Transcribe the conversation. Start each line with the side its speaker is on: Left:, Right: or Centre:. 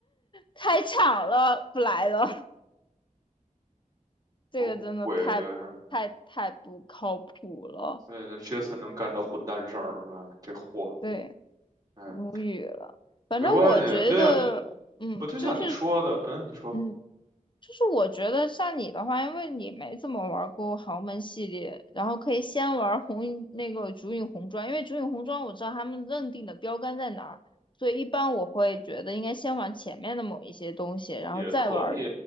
Left: 开抢了不来了，<laughs> 这个真的太太太不靠谱了，
Right: 哦，鬼的，所以这杰森能干这混蛋事儿是吧？这货，
Left: 对，
Right: 哎，
Left: 无语了。反正我觉得，
Right: 没关系，就像你，
Left: 嗯，
Right: 不就像你说的，
Left: 就是
Right: 嗯，你说
Left: 嗯，就是我觉得像你的话，因为你没怎么玩过豪门系列，然后可以先玩红那个竹影红妆，因为竹影红妆我知道他们认定的标杆在哪儿，所以一般我会觉得应该先玩前面的某一些东西，然后再玩。
Right: 也可以，